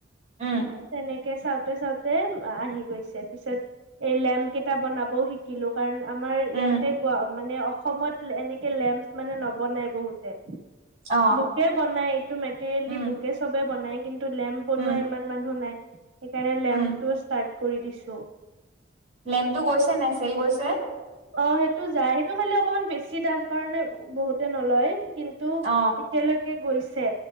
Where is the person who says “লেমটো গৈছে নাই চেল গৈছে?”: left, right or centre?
Right